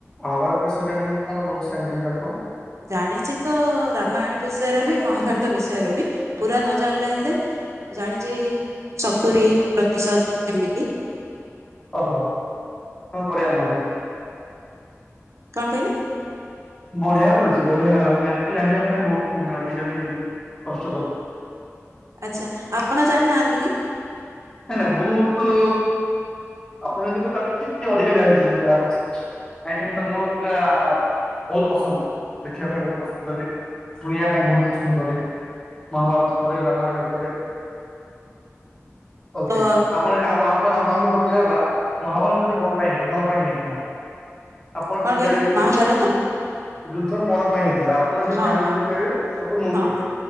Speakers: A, on the left (about 15°); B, on the right (about 70°).
A: ୱାର ବିଷୟରେ ଜାଣିଛନ୍ତି କଣ ବହୁଷ ଜାଣିଛନ୍ତି ଆପଣ।
B: ଜାଣିଛି ତ ରାମାୟଣ ବିଷୟରେ ବି ମହାଭାରତ ବିଷୟରେ ବି ପୁରା ନ ଜାଣିଲା ହେଲେ ଜାଣିଛି ସତୁରି ପ୍ରତିଶତ ଏମିତି।
A: ଓହୋ କଣ କରିବା ମଣି
B: କଣ କହିଲେ?
A: ବଢିଆ ହଉଛି ବଢିଆ ଏତେ ଜାଣିବା ପାଇଁ ବହୁତ ମାନେ ଆଜିକାଲି କଷ୍ଟ କ
B: ଆଛା ଆପଣ ଜାଣିନାହାନ୍ତି କି?
A: ନାଇଁ ନା ମୁଁ ତୁ ଆପଣ କିନ୍ତୁ ତାଠୁ ଟିକେ ଅଧିକା ଜାଣିଥିବେ। ଲାଗୁଛି କାହିଁକି ମୁଁ ତମର ସେଟା ବହୁତ ପସନ୍ଦ ଦେଖିବା ପାଇଁ ବହୁତ ପସନ୍ଦ। ବହି ଶୁଣିବା ପାଇଁ ବହୁତରେ ସୁନ୍ଦର ଭାବରେ ମହାଭାରତ ପରେ ରାମାୟଣ ପରେ ଓକେ
B: ତ
A: ଆପଣ ଆପ ଆପ ଆମେ କଥା ହେବା ମହାଭାରତ ଯୁଦ୍ଧରେ କଣ ପାଇଁ ହେଇ କଣ ପାଇଁ ହେଇଥିଲା ଆପଣ
B: କଣ
A: କେତେ
B: କହିଲେ
A: ଯାଇଛନ୍ତି
B: ମହାଭାରତ
A: ଦେଖିବାକୁ କି? ଯୁଦ୍ଧ କଣ ପାଇଁ ହେଇଥିଲା ଆପଣ କେତେ
B: ହଁ
A: ଜାଣିଛନ୍ତି
B: ହଁ
A: କହିବେ ତାପରେ ମୁଁ
B: ହଁ
A: କହିବି।
B: ହଁ